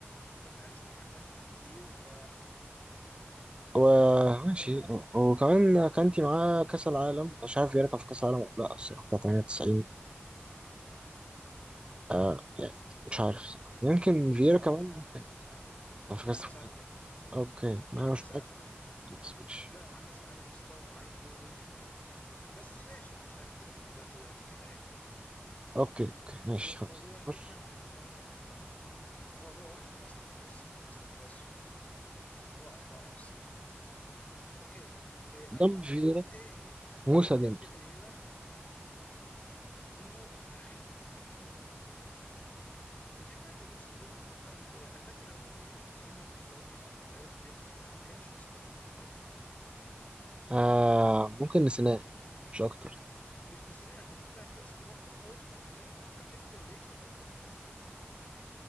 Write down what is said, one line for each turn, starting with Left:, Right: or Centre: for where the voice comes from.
Left: عشان احنا عشنا مع كانتي كتير ف
Right: وماشي
Left: فيا
Right: وكمان كانتي معاه كأس العالم مش عارف فييرا كان في كأس العالم ولا لا الصراحة بتاع 98 آه يعني مش عارف الصراحة. يمكن فييرا
Left: فيا
Right: كمان
Left: معاه كاس عالم فيا
Right: كان
Left: معاه كاس عالم على فكره
Right: كان في
Left: معاه
Right: كأس
Left: كاس
Right: العالم.
Left: عالم
Right: اوكي ما
Left: معاه
Right: انا
Left: كاس
Right: مش متأكد
Left: عالم
Right: بس ماشي
Left: لا معاه كاس عالم يا اسطى ومعاه يورو ف... بس ماشي مش هيختلف في النقطه دي قد كده يعني
Right: اوكي اوكي ماشي
Left: هو هو
Right: خلاص
Left: هو الفكره
Right: بص
Left: ان ال... هو هو واحد ماستر كلاس صح ماستر كلاس و... رائع رائع الصراحه اوكي إيه،
Right: قدام
Left: اعتقد
Right: فييرا
Left: التاني
Right: موسى ديمبلي
Left: كان بفييرا مو... <sighs> الفكره ان موسى ديمبلي انت انا فاكر لو انت ماما لما اتكلمنا في حوار مين افضل لعيبه في تاريخ توتنهام ما كانش موسى ديمبلي في القائمه
Right: آه ممكن نسيناه مش اكتر
Left: مش نسيناه انا كنت فاكر اصل هو هو هو- هل انت تعتبره ليجند اوف ذا تيم؟